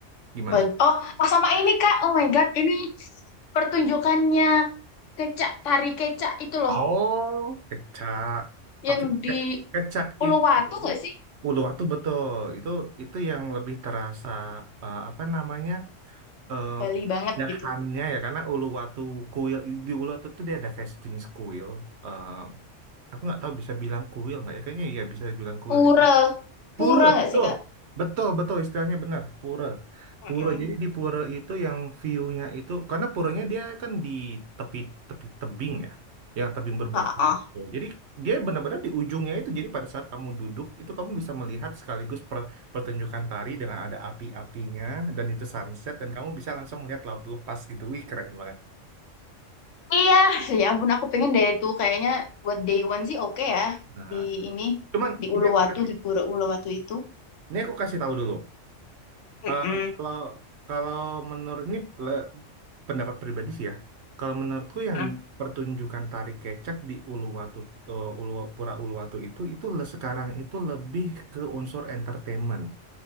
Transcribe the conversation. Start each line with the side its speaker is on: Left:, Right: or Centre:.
Right: gimana
Left: Ba- Oh, oh, sama ini Kak. Oh my God, ini pertunjukannya kecak tari kecak itu loh,
Right: Oh, kecak
Left: yang
Right: oke
Left: di
Right: ke- kecak
Left: Uluwatu
Right: itu
Left: nggak sih?
Right: Uluwatu betul itu itu yang lebih terasa eh, apa namanya eh
Left: Bali banget
Right: dahannya
Left: gitu.
Right: ya karena Uluwatu kuil di Uluwatu itu dia ada kayak sejenis kuil eh, aku nggak tahu bisa bilang kuil nggak ya kayaknya ya bisa dibilang kuil
Left: Pura,
Right: deh
Left: pura
Right: Pura,
Left: nggak
Right: betul.
Left: sih Kak?
Right: Betul, betul istilahnya benar. Pura.
Left: Mm-mm.
Right: Pura. Jadi di pura itu yang view-nya itu karena puranya dia kan di tepi tepi tebing ya. Yang tebing berbatu
Left: Heeh.
Right: gitu. Jadi dia benar-benar di ujungnya itu. Jadi pada saat kamu duduk itu kamu bisa melihat sekaligus per- pertunjukan tari dengan ada api-apinya dan itu sunset dan kamu bisa langsung melihat laut lepas gitu. Wih, keren banget.
Left: Iya, ya ampun aku pengen deh itu kayaknya buat day one sih oke ya
Right: Nah,
Left: di ini
Right: cuman
Left: di
Right: ini
Left: Uluwatu
Right: aku kasih
Left: di Pura Uluwatu itu.
Right: ini aku kasih tahu dulu.
Left: Mm-mm.
Right: Eh, kalau kalau menurut ini le- pendapat pribadi sih ya. Kalau menurutku yang
Left: Mm-mm.
Right: pertunjukan tari kecak di Uluwatu eh, Uluwa, Pura Uluwatu itu itu le- sekarang itu lebih ke unsur entertainment.